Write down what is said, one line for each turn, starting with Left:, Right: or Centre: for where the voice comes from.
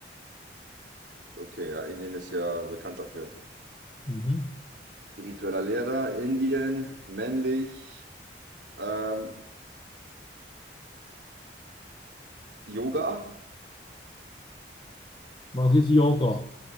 Right: Okay, ja, Indien ist ja bekannt dafür.
Left: Mhm.
Right: Spiritueller Lehrer, Indien, männlich, ähm, Yoga.
Left: Was ist Yoga?